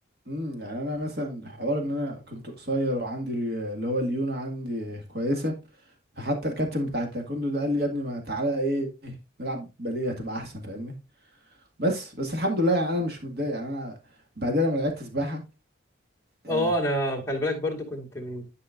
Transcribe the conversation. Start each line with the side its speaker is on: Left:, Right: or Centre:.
Right: امم يعني انا مثلا حوار ان انا كنت قصير وعندي ال- اللي هو الليونه عندي كويسه فحتى الكابتن بتاع التايكوندو ده قال لي يا ابني ما تعالى ايه نلعب باليه هتبقى احسن فاهمني بس بس الحمد لله يعني انا مش متضايق يعني انا بعدين لما لعبت سباحه آه،
Left: اه انا خلي بالك برضو كنت من